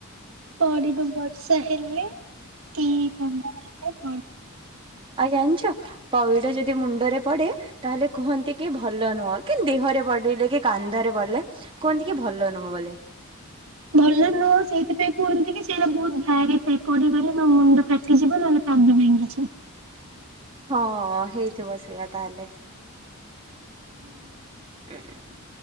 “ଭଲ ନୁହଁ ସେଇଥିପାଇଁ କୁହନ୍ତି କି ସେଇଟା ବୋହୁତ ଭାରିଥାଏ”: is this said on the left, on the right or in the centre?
Right